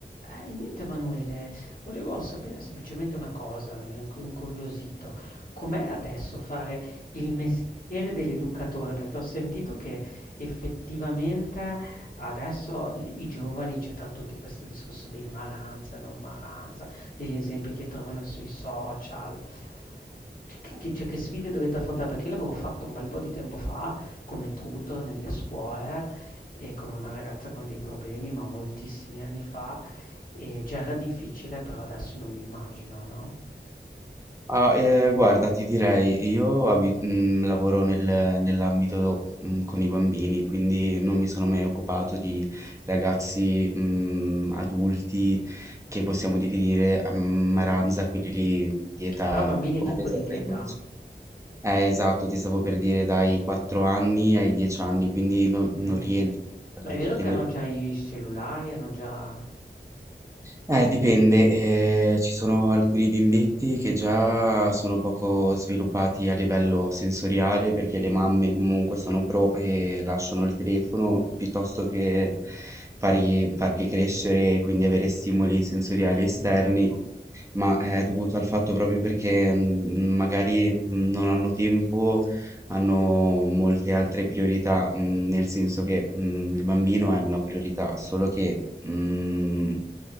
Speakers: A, on the left; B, on the right.
A: Eh, niente Emanuele, volevo sapere semplicemente una cosa, mi ero incu- incuriosito. Com'è adesso fare il mestiere dell'educatore? Perché ho sentito che effettivamente adesso i i giovani, c'è tra tutti questo discorso dei maranza, non maranza, degli esempi che trovano sui social. Che, che- cioè, che sfide dovete affrontare? Perché io l'avevo fatto un bel po' di tempo fa come tutor nelle scuole e con una ragazza con dei problemi, ma moltissimi anni fa. E già era difficile, però adesso non mi immagino, no?
B: Ah, eh, guarda, ti direi, io abi- mh, lavoro nel- nell'ambito mh, con i bambini, quindi non mi sono mai occupato di ragazzi mh, adulti che possiamo definire a maranza, quelli lì di età
A: Però bambini
B: compresa
A: tipo di
B: tra
A: che
B: i
A: età?
B: 12. Eh, esatto, ti stavo per dire dai 4 anni ai 10 anni, quindi non,
A: Mm.
B: non rientro nella
A: Ma è vero
B: categoria.
A: che hanno già i cellulari, hanno già...
B: Eh, dipende, ehm, ci sono alcuni bimbetti che già sono poco sviluppati a livello sensoriale perché le mamme comunque sono pro e lasciano il telefono piuttosto che fari- farli crescere e quindi avere stimoli sensoriali esterni,
A: Mm.
B: ma è dovuto al fatto proprio perché mm, magari mm, non hanno tempo, hanno molte altre priorità, mm, nel senso che mm, il bambino è una priorità, solo che... mm,